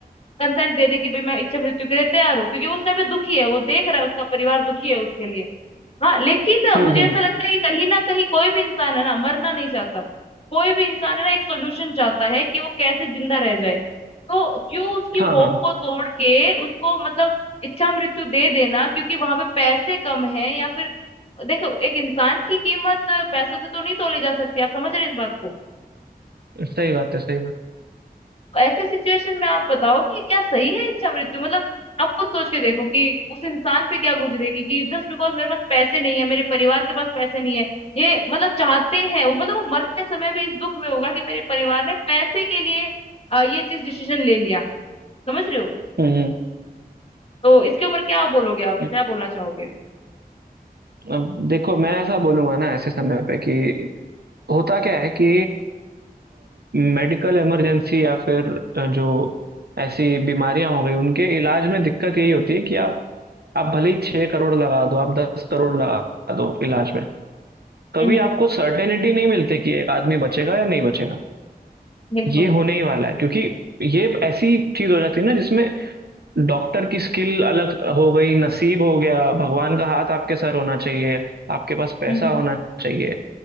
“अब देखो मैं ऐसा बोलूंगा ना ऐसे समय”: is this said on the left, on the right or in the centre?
Right